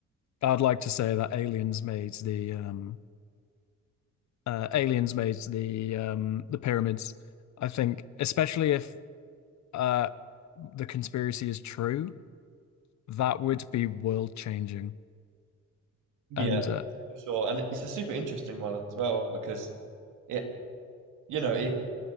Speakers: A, on the left (about 65°); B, on the right (about 85°).
A: I'd like to say that aliens made the um uh, aliens made the um the pyramids. I think especially if uh the conspiracy is true, that would be world changing.
B: Yeah,
A: And uh,
B: for sure. And it's a super interesting one as well because it, you know, it